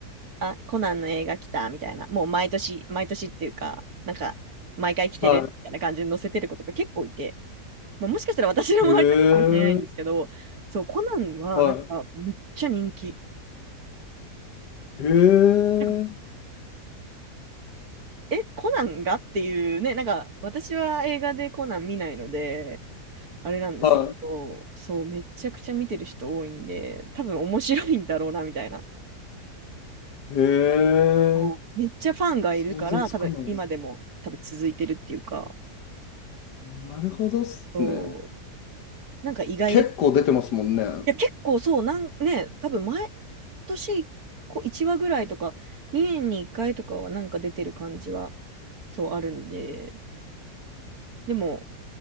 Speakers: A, on the right; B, on the left.
A: あ、コナンの映画来たみたいな、もう毎年、毎年っていうか、なんか、毎回来てるみたいな感じで載せてる子とか結構いて、
B: は
A: まあ、もしかしたら私の周りだけかもしれないんですけど、
B: い。へえ。
A: そう、コナンはなんか、
B: は
A: むっちゃ人気。
B: い。へえ。
A: なんか、え、コナンがっていうね、なんか、私は映画でコナン見ないので、あれなんですけど、
B: は
A: そう、めちゃくちゃ見てる人多いんで、多分面白いんだろうな、みたいな。
B: い。へえ。
A: もうめっちゃファンがいるから、
B: 想像つかないです。
A: 多分今でも多分続いてるっていうか、
B: なるほどっすね。
A: そう、なんか意外です。
B: 結構出てますもんね。
A: い
B: は
A: や、結構そう、なんね、多分毎年こう1話ぐらいとか、2年に1回とかはなんか出てる感じは、そうあるんで、でも、